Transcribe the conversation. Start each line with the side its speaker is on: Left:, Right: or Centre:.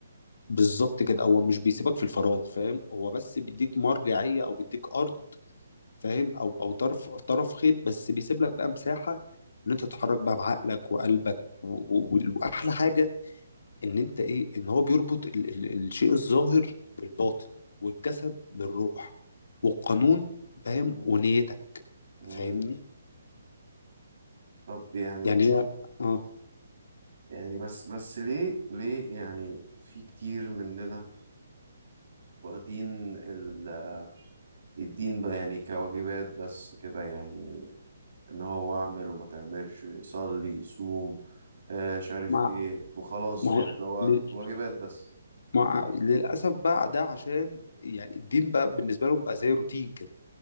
Left: بالظبط كده هو مش بيسيبك في الفراغ فاهم هو بس بيديك مرجعية او بيديك ارض فاهم او او طرف طرف خيط بس بيسيب لك بقى مساحة ان انت تتحرك بقى بعقلك وقلبك و- و- وال- واحلى حاجة ان انت ايه ان هو بيربط ال ال الشيء الظاهر بالباطن والجسد بالروح والقانون فاهم
Right: مم.
Left: ونيتك
Right: مم.
Left: فاهمني
Right: طب يعني
Left: يعني هي اه
Right: يعني بس بس ليه ليه يعني في كتير مننا واخدين ال- الدين بقى يعني كواجبات بس كده يعني ان هو اعمل وما تعملش صلي صوم آه مش عارف
Left: مع
Right: ايه وخلاص
Left: ما
Right: يعني
Left: هو
Right: اللي هو
Left: لل-
Right: واجبات بس
Left: مع للاسف بقى ده عشان يعني الدين بقى بالنسبة لهم بقى زي روتين كده